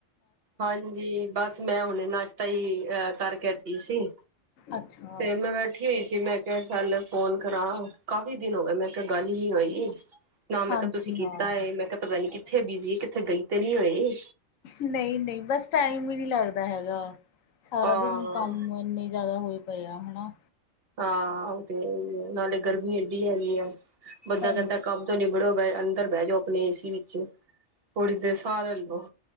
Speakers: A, on the right; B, on the left.
A: ਹਾਂਜੀ। ਬਸ ਮੈਂ ਹੁਣੇ ਨਾਸ਼ਤਾ ਹੀ ਅਹ ਕਰਕੇ ਹਠੀ ਸੀ।
B: ਅੱਛਾ।
A: ਤੇ ਮੈਂ ਬੈਠੀ ਤੇ ਮੈਂ ਕਿਹਾ ਚੱਲ ਫੋਨ ਕਰਾਂ, ਕਾਫੀ ਦਿਨ ਹੋ ਗਏ ਮੈਂ ਕਿਹਾ ਗੱਲ ਹੀ ਨੀ ਹੋਈ। ਨਾ ਮੈਂ
B: ਹਾਂਜੀ
A: ਕਿਹਾ ਤੁਸੀਂ ਕੀਤਾ
B: ਹਾਂ
A: ਮੈਂ ਕਿਹਾ ਪਤਾ ਨੀ ਕਿੱਥੇ ਬਿਜੀ, ਕਿੱਥੇ ਗਈ ਤੇ ਨੀ ਹੋਏ।
B: ਨਹੀਂ- ਨਹੀਂ ਬਸ ਟਾਈਮ ਹੀ ਨਹੀ ਲੱਗਦਾ ਹੈਗਾ। ਸਾਰਾ
A: ਹਾਂ
B: ਦਿਨ ਕੰਮ ਇੰਨੇ ਜ਼ਿਆਦਾ ਹੋਏ ਪਏ ਆ ਹਨਾ।
A: ਹਾਂ। ਉਹ ਤੇ ਇਹੀ ਹੈ, ਨਾਲੇ ਗਰਮੀ ਏਡੀ ਹੈਗੀ ਹੈ ਬੰਦਾ
B: ਹਾਂਜੀ।
A: ਕਹਿੰਦਾ ਕੰਮ ਨਿਬੜੋ ਬੇ ਅੰਦਰ ਬਹਿ ਜਾਓ ਆਪਣੇ ਏਸੀ ਵਿੱਚ ਥੋੜੀ ਦੇਰ ਸਾਹ ਲੈ ਲੋ।